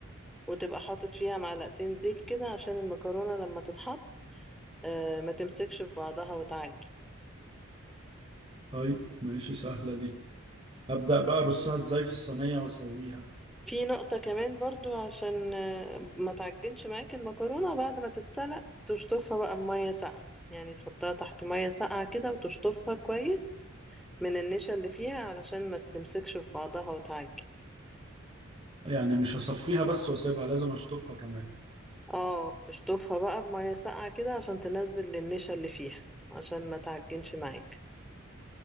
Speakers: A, in the centre; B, on the right.
A: وتبقى حاطط فيها معلقتين زيت كده عشان المكرونة لما تتحط آه، ما تمسكش في بعضها وتعجن
B: طيب ماشي سهلة دي أبدأ بقى أرصها إزاي في الصينية وأسويها
A: في نقطة كمان برضو عشان آه، ما تعجنش معاك المكرونة بعد ما تتسلق تشطفها بقى بمية ساقعة يعني تحطها تحت مية ساقعة كده وتشطفها كويس من النشا اللي فيها علشان ما تمسكش في بعضها وتعجن
B: يعني مش هصفيها بس وأسيبها لازم أشطفها كمان
A: اه اشطفها بقى بمية ساقعة كده عشان تنزل النشا اللي فيها عشان ما تعجنش معاك